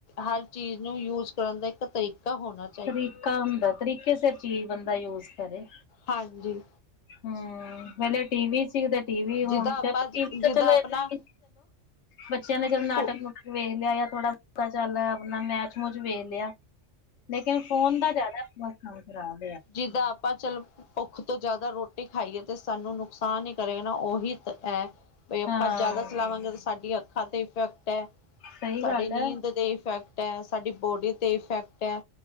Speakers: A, on the left (about 50°); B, on the left (about 70°).
A: ਹਰ ਚੀਜ ਨੂੰ ਯੂਜ ਕਰਨ ਦਾ ਇੱਕ ਤਰੀਕਾ ਹੋਨਾ
B: ਤਰੀਕਾ ਹੁੰਦਾ। ਤਰੀਕੇ ਸੇਰ ਚੀਜ ਬੰਦਾ ਯੂਜ ਕਰੇ।
A: ਹਾਂਜੀ।
B: ਹੂੰ ਪੈਲੇ ਟੀਵੀ ਸੀ ਤੇ ਟੀਵੀ ਹੁਨ
A: ਜਿੱਦਾਂ ਆਪਾਂ
B: ਚਲੋ ਟੀਵੀ ਤੇ
A: ਜਿੱਦਾਂ
B: ਚਲੋ
A: ਆਪਣਾ
B: ਇਕ ਬੱਚੇਆਂ ਨੇ ਚਲ ਨਾਟਕ
A: ਹੂੰ
B: ਨੂਟਕ ਵੇਖ ਲਿਆ ਜਾਂ ਥੋੜਾ ਬੋਤਾ ਚੱਲ ਅਪਨਾ ਮੈਚ ਮੂਚ ਵੇਖ ਲੇਆ ਲੇਕਿਨ ਫੋਨ ਦਾ ਜਾਦਾ ਬੋਤ ਕੰਮ ਖਰਾਬ
A: ਜਿੱਦਾ ਆਪਾਂ ਚਲੋ ਭੁੱਖ ਤੋ ਜਾਦਾ ਰੋਟੀ ਖਾਈਏ ਤੇ ਸਾਨੂੰ ਨੁਕਸਾਨ ਈ ਕਰੇ ਨਾ ੳਹੀ ਤੇ ਐ, ਵੀ ਆਪਾਂ
B: ਹਾਂ
A: ਜਾਦਾ ਚਲਾਵਾਂਗੇ ਤਾਂ ਸਾਡੀ ਅੱਖਾਂ ਤੇ ਇਫੈਕਟ ਐ।
B: ਸਹੀ
A: ਸਾਡੀ
B: ਗੱਲ
A: ਨੀਂਦ
B: ਹੈ।
A: ਤੇ ਇਫੈਕਟ ਐ, ਸਾਡੀ ਬੋਡੀ ਤੇ ਇਫੈਕਟ ਐ,